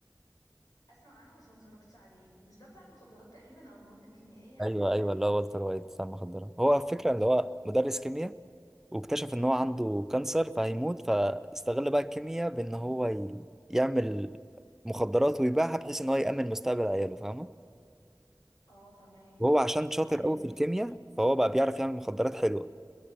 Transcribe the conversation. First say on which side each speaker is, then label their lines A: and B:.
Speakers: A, on the left; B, in the centre.
A: اسمع عنه بس ما اتفرجتش عليه مش ده بتاع المخدرات تقريبا او المواد الكيميائيه حاجه
B: ايوه
A: كده
B: ايوه اللي هو والتر وايت بتاع المخدرات هو الفكره اللي هو مدرس كيمياء واكتشف ان هو عنده كانسر فهيموت فاستغل بقى الكيمياء بان هو ي... يعمل مخدرات ويبيعها بحيث ان هو يامن مستقبل عياله فاهمه
A: اه فماك
B: وهو عشان شاطر
A: فماك
B: قوي في الكيمياء فهو بقى بيعرف يعمل مخدرات حلوه